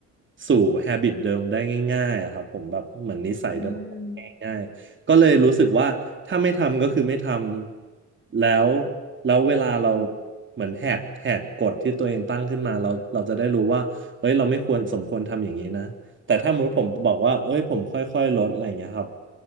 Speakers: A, on the right; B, on the left.
A: สู่ habit เดิมได้ง่ายๆอะครับผมแบบเหมือนนิสัยเดิม
B: อืม
A: ง่าย ก็เลยรู้สึกว่าถ้าไม่ทำก็คือไม่ทำแล้วแล้วเวลาเรา
B: อืม
A: เหมือนแหกแหกกฎที่ตัวเองตั้งขึ้นมาเราเราจะได้รู้ว่าเฮ้ยเราไม่ควรสมควรทำอย่างนี้นะแต่ถ้าสมมติผมบอกว่าเอ้ยผมค่อยๆลดอะไรอย่างเงี้ยครับ